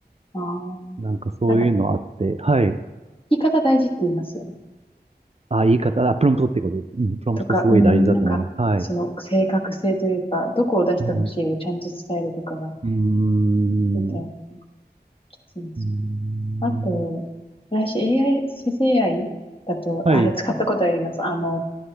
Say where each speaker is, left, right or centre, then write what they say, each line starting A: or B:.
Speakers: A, on the left; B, on the right.
A: ああ。
B: なんかそういうのあって、
A: なんか、聞
B: はい。
A: き方大事って言いますよね。
B: あ、言い方、あ、プロンプトってことです。うん、プロンプトすごい大事だと思います。
A: とか、うんなんか、
B: はい。
A: その正確性というか、どこを出してほしいをちゃんと伝えるとかが、
B: うん。うーん。
A: みたいなのもきついんです
B: うーん
A: よ。あと、私 AI、生成 AI だと、
B: はい。
A: あれ使ったことあります。あの、